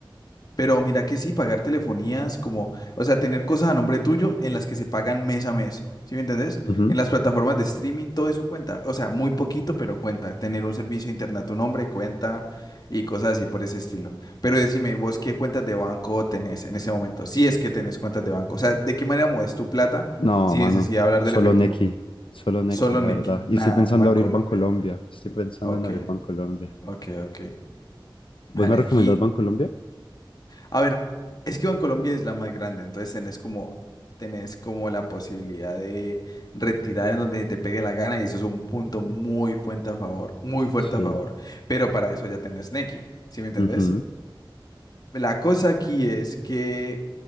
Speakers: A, on the left; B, on the left.
A: Pero mira que sí, pagar telefonías, como, o sea, tener cosas a nombre tuyo en las que se pagan mes a mes, ¿sí me entendés?
B: Ujú.
A: En las plataformas de streaming, todo eso cuenta. O sea, muy poquito, pero cuenta. Tener un servicio de internet a tu nombre cuenta y cosas así por ese estilo. Pero decime, vos qué cuentas de banco tenés en ese momento, si es que tenés cuentas de banco. O sea, ¿de qué manera mueves tu plata
B: No,
A: sin
B: mano,
A: necesidad de hablar
B: solo
A: del efectivo?
B: Nequi, solo Nequi,
A: Solo
B: la
A: Nicky.
B: verdad. Y
A: Nada,
B: estoy pensando
A: Bancolombia.
B: abrir Bancolombia, estoy pensando
A: Ok,
B: en abrir Bancolombia.
A: ok, ok.
B: ¿Vos
A: Vale,
B: me
A: aquí.
B: recomendás Bancolombia?
A: A ver, es que Bancolombia es la más grande, entonces tenés como, tenés como la posibilidad de retirar en donde te pegue la gana y eso es un punto muy fuerte a favor, muy fuerte
B: Sí,
A: a favor. Pero para eso ya tenés Nequi, ¿sí me entendés?
B: ujú,
A: La cosa aquí es que